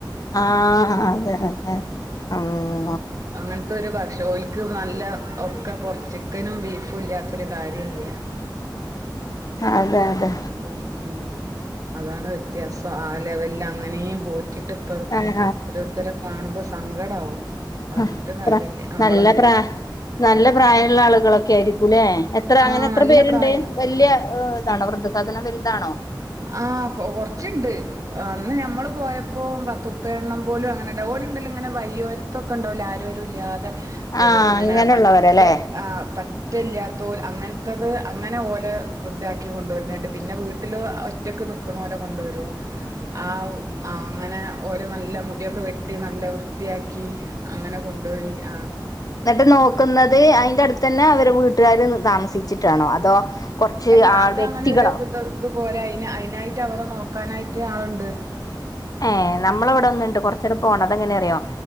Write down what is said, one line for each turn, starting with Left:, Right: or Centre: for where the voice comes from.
Left: ആഹ് അതെ അതെ ആഹ്
Right: അങ്ങനത്തെ ഒരു ഭക്ഷോ ഇതു നല്ല ഒക്കെ പൊറ ചിക്കനും ബീഫും ഇല്ലാത്തൊരു കാര്യല്ല.
Left: അതെ അതെ
Right: അതന്നെ ഉം അതാണ് വ്യത്യാസം ആ ലെവലില് അങ്ങനേ പോറ്റി ട്ടിപ്പ
Left: ആഹ്
Right: ഓരോരുത്തരെ കാണുമ്പോ സങ്കടാവും. പറഞ്ഞിട്ട്
Left: ആഹ്
Right: കാര്യല്ല
Left: പ്ര
Right: നമ്മള്
Left: നല്ല പ്രായ നല്ല പ്രായമുള്ള ആളുകളൊക്കെ ആയിരിക്കൂല്ലേ, എത്ര അങ്ങനെ
Right: ആഹ്
Left: എത്ര
Right: നല്ല
Left: പേരുണ്ട്?
Right: പ്രായള്ള
Left: വല്ല്യ ഇതാണോ വൃദ്ധസധനം വലുതാണോ?
Right: ആഹ് കൊ കൊർച്ച്ണ്ട് അന്ന് ഞമ്മള് പോയപ്പോ പത്തുപ്പെണ്ണം പോലും അങ്ങനെല്ല ഓല്ണ്ടല്ലൊങ്ങനെ വയ്യോര് ത്തൊക്കെ ണ്ടാവൂലെ ആരോരുല്ലാതെ വ്
Left: ആഹ്
Right: ഇങ്ങനെ
Left: അങ്ങനെയുള്ളവരല്ലേ
Right: പറ്റെ ആഹ് പറ്റ് പറ്റല്ലാത്തോൽ അങ്ങൻത്തത് അങ്ങനെ ഓലെ വൃദ്ധാക്കി കൊണ്ടോര്ണ് ണ്ട് പിന്നെ വീട്ടില് ഒ ഒറ്റക്ക് നിക്ക്ണോലെ കൊണ്ടോരും ആഹ് ആഹ് അങ്ങനെ ഓലെ നല്ല മുടിയൊക്കെ വെട്ടി നല്ല വൃത്തിയാക്കി അങ്ങനെ കൊണ്ടോയി ആഹ്
Left: ന്ന്ട്ട് നോക്കുന്നത് അയ്ന്റട്ത്തെന്നെ അവരെ വീട്ടാര് താമസിച്ചിട്ടാണോ അതോ കൊർച്ച്
Right: അല്ല
Left: ആഹ്
Right: അത്
Left: വ്യക്തികളോ
Right: അങ്ങനെ ഒരു ഇത് ഇതുപോലെ അയ്ന് അയ്നായിട്ട് അവരെ നോക്കാനായിട്ട് ആള്ണ്ട്
Left: ഏഹ് നമ്മളെവടെ ഒന്ന്ണ്ട് കൊർച്ചണ്ട് പോണം അതെങ്ങെനറിയോ